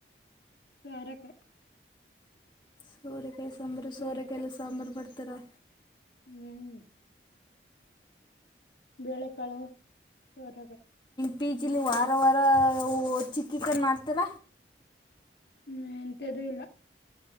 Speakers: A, on the left; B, on the left.
A: ಸುರಕ
B: ಸೋರೆಕಾಯ ಸಾಂಬಾರು
A: ಸೋರಕ
B: ಸೋರೆಕಾಯಲ್ಲ ಸಾಂಬಾರು ಬರ್ತರ
A: ಹ್ಮ್ ಬೇಳೆಕಾಳು ಇವಟ
B: ಬೀಜಿಲಿ ವಾರ ವಾರ ಚಿಕ್ಕಿ ಕಣ ಮಾಡ್ತಾರ
A: ಹ್ಮ್ ಎಂತ ಅದ ಇಲ್ಲ